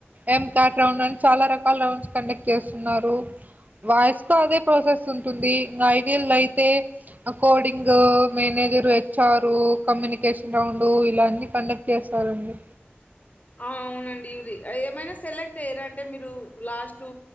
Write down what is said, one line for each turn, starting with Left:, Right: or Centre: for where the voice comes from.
Right: ఏం క్యాట్ రౌండ్ అని చాలా రకాల రౌండ్స్ కండక్ట్ చేస్తున్నారు వాయిస్ కు అదే ప్రాసెస్ ఉంటుంది ఇంకా ఐడిల్ అయితే coding manager HR communication round ఇలాన్ని కండక్ట్ చేశా రండీ
Left: ఆ అవునండి ఇది ఏమైనా సెలెక్ట్ అయ్యారా అంటే మీరు లా స్టు